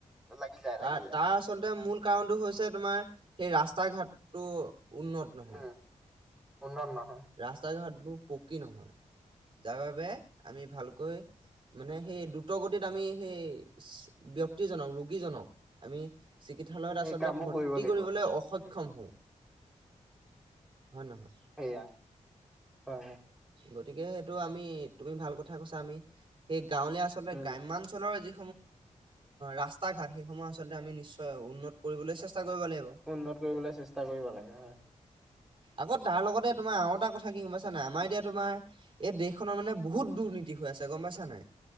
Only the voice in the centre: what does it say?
লাগি যায়-লাগি
যায়।
উম উন্নত অঁ।
সেই
কামবোৰ
কৰিব লাগিব
উম
সেয়া, হয়-হয়।
উম
উন্নত কৰিবলৈ চেষ্টা কৰিব লাগে হয়।